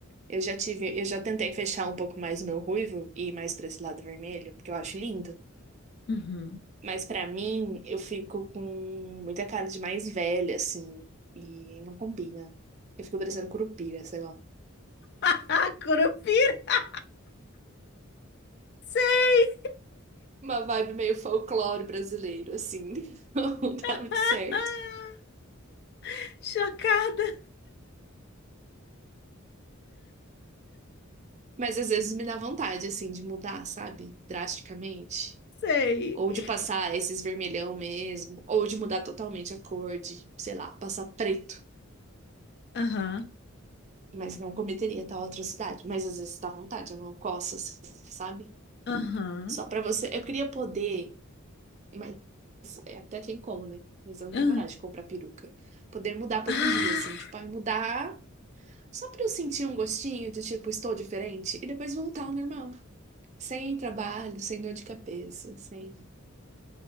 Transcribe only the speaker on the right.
Eu já tive, eu já tentei fechar um pouco mais o meu ruivo e ir mais pra esse lado vermelho, porque eu acho lindo.
Mas pra mim, eu fico com muita cara de mais velha, assim, e não combina. Eu fico parecendo curupira, sei lá.
Uma vibe meio folclore brasileiro, assim. <laughs> Não dá
muito certo.
Mas às vezes me dá vontade, assim, de mudar, sabe? Drasticamente.
Ou de passar esses vermelhão mesmo. Ou de mudar totalmente a cor de, sei lá, passar preto.
Mas não cometeria tal atrocidade. Mas às vezes dá vontade, a mão coça, assim, sabe?
Só pra você. Eu queria poder. Mas é, até tem como, né? Mas eu não tenho
coragem de comprar peruca. Poder mudar por
um dia, assim. Tipo, ai, mudar. Só pra eu sentir um gostinho de tipo, estou diferente. E depois voltar ao normal. Sem trabalho, sem dor de cabeça, sem.